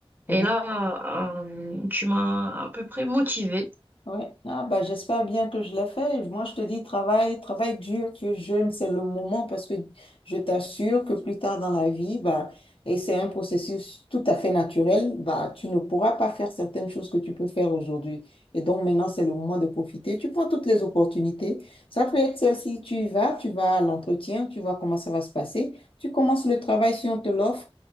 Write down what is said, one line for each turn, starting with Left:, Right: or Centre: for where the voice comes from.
Left: Mhm.
Right: Et là, euh, tu m'as à peu près motivée.
Left: Ouais. Ah, bah, j'espère bien que je l'ai fait. Moi, je te dis, travail, travail dur, que jeune, c'est le moment parce que je t'assure que plus tard dans la vie, bah, et c'est un processus tout à fait naturel, bah, tu ne pourras pas faire certaines choses que tu peux faire aujourd'hui. Et donc, maintenant, c'est le moment de profiter. Tu prends toutes les opportunités. Ça peut être celle-ci, tu y vas, tu vas à l'entretien, tu vois comment ça va se passer. Tu commences le travail si on te l'offre.